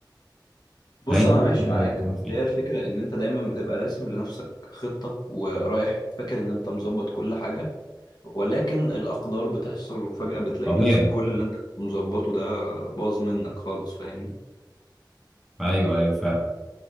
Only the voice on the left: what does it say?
بص
انا
ماشي معاك
بس
هي الفكرة ان انت دايما بتبقى راسم لنفسك خطة ورايح فاكر ان انت مظبط كل حاجة ولكن الأقدار بتحصل وفجأة بتلاقي
نفسك كل اللي انت كنت مظبطه ده باظ منك خالص فاهمني